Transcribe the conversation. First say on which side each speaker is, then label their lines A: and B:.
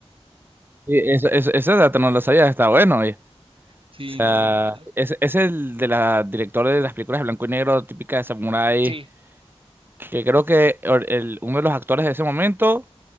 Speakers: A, on the right; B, on the right.
A: Sí, ese, ese- ese dato no lo sabía, está bueno. oye.
B: Sí,
A: O sea,
B: no, no, no.
A: es, es el de la directora de las películas de blanco y negro típica de samurái
B: Sí,
A: que creo que or- el- uno de los actores de ese momento,